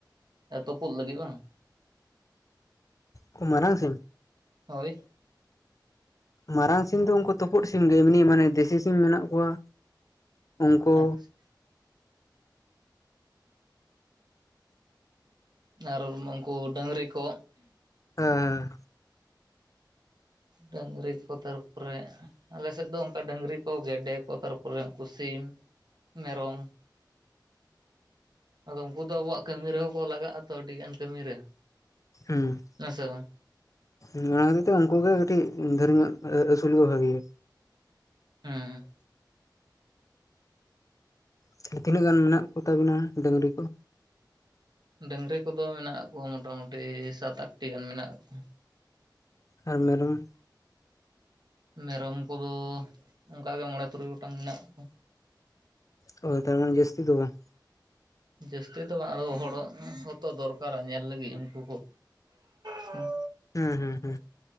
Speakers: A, on the right (about 65°); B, on the left (about 45°).
A: ᱛᱩᱯᱩᱜ ᱞᱟᱹᱜᱤᱫ ᱵᱟᱝ?
B: ᱠᱩ ᱢᱟᱨᱟᱝ ᱥᱤᱢ?
A: ᱦᱳᱭ᱾
B: ᱢᱟᱨᱟᱝ ᱥᱤᱢ ᱫᱚ ᱩᱱᱠᱩ ᱛᱩᱯᱩᱫ ᱥᱤᱢ ᱜᱮ ᱮᱢᱱᱤ ᱢᱟᱱᱮ ᱫᱮᱥᱤ ᱥᱤᱢ ᱢᱮᱱᱟᱜ ᱠᱚᱣᱟ ᱩᱱᱠᱩ᱾
A: ᱟᱪᱪᱷᱟ ᱟᱨ ᱱᱩᱝᱠᱩ ᱰᱟᱝᱨᱤ ᱠᱚ᱾
B: ᱦᱮᱸ᱾
A: ᱰᱟᱹᱝᱨᱤ ᱠᱚ ᱛᱟᱨᱯᱚᱨᱮ᱾ ᱟᱞᱮᱥᱮᱫ ᱫᱚ ᱚᱝᱠᱟ ᱰᱟᱹᱝᱨᱤ ᱠᱚ, ᱜᱮᱰᱮ ᱠᱚ, ᱛᱟᱨᱯᱚᱨᱮ ᱩᱱᱠᱩ ᱥᱤᱢ, ᱢᱮᱨᱚᱢ᱾ ᱟᱫᱚ ᱩᱱᱠᱩ ᱫᱚ ᱟᱵᱚᱣᱟᱜ ᱠᱟᱹᱢᱤ ᱨᱮᱦᱚᱸ ᱠᱚ ᱞᱟᱜᱟᱜ-ᱟ ᱛᱚ ᱟᱹᱰᱤ ᱜᱟᱱ ᱠᱟᱹᱢᱤ ᱨᱮ᱾
B: ᱦᱩᱸ᱾
A: ᱦᱮᱸ ᱥᱮ ᱵᱟᱝ?
B: ᱦᱩᱸ ᱚᱱᱟ ᱦᱚᱛᱮᱡ ᱛᱮ ᱩᱱᱠᱩᱜ ᱜᱮ ᱠᱟᱹᱴᱤᱡ ᱫᱷᱟᱹᱨᱤ ᱧᱚᱜ ᱟᱹᱥᱩᱞ ᱜᱮ ᱵᱷᱟᱜᱤᱭᱟ᱾
A: ᱦᱩᱸ᱾
B: ᱛᱟᱦᱞᱮ ᱛᱤᱱᱟᱹᱜ ᱜᱟᱱ ᱢᱮᱱᱟᱜ ᱠᱚᱛᱟ ᱵᱤᱱᱟ ᱰᱟᱹᱝᱨᱤ ᱠᱚ?
A: ᱰᱟᱹᱝᱨᱤ ᱠᱚᱫᱚ ᱢᱮᱱᱟᱜ ᱠᱚᱣᱟ ᱢᱚᱴᱟᱢᱩᱴᱤ ᱥᱟᱛ ᱟᱴᱴᱤ ᱜᱟᱱ ᱢᱮᱱᱟᱜ ᱠᱚᱣᱟ᱾
B: ᱟᱨ ᱢᱮᱨᱚᱢ?
A: ᱢᱮᱨᱚᱢ ᱠᱚᱫᱚ, ᱚᱱᱠᱟᱜᱮ ᱢᱚᱬᱮ ᱛᱩᱨᱩᱭ ᱜᱚᱴᱟᱝ ᱢᱮᱱᱟᱜ ᱠᱚ᱾
B: ᱛᱚ ᱛᱟᱨ ᱢᱟᱱᱮ, ᱡᱟᱹᱥᱛᱤ ᱫᱚ ᱵᱟᱝ-?
A: ᱡᱟᱹᱥᱛᱤ ᱫᱚ ᱵᱟᱝ, ᱟᱫ ᱦᱚᱲ ᱦᱚᱸᱛᱚ ᱫᱚᱨᱠᱟᱨᱟ, ᱧᱮᱞ ᱞᱟᱹᱜᱤᱫ ᱩᱱᱠᱩ ᱠᱚ᱾ ᱦᱩᱸ
B: ᱦᱩᱸ, ᱦᱩᱸ, ᱦᱩᱸ,